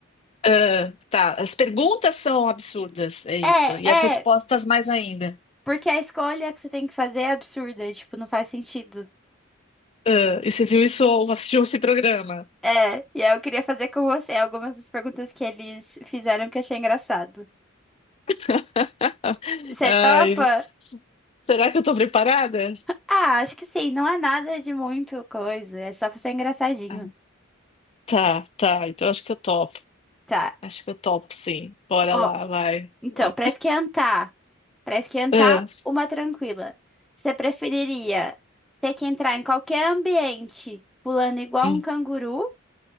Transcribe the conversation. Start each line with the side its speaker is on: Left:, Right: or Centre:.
Left: Ah, tá, as perguntas são absurdas, é isso.
Centre: É,
Left: E
Centre: é,
Left: as respostas mais ainda.
Centre: porque a escolha que você tem que fazer é absurda, tipo, não faz sentido.
Left: Ah, e você viu isso ou assistiu esse programa?
Centre: É, e aí eu queria fazer com você algumas das perguntas que eles fizeram que eu achei engraçado.
Left: <laughs>
Centre: Você
Left: Ai,
Centre: topa?
Left: será que eu tô preparada?
Centre: Ah, acho que sim, não é nada de muito coisa, é só pra ser engraçadinho.
Left: Ah, Tá, tá, então acho que eu topo.
Centre: Tá.
Left: Acho que eu topo, sim. Bora
Centre: Ó,
Left: lá, vai.
Centre: então,
Left: Ó.
Centre: pra esquentar, pra esquentar
Left: Ah,
Centre: uma tranquila. Você preferiria ter que entrar em qualquer ambiente pulando igual
Left: hum.
Centre: um canguru